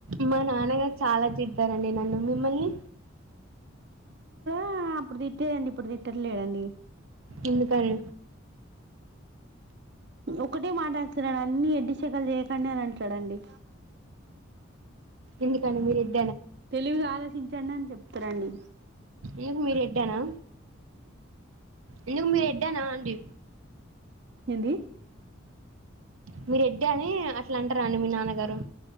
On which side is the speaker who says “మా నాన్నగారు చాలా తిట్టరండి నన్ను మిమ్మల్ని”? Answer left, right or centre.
Right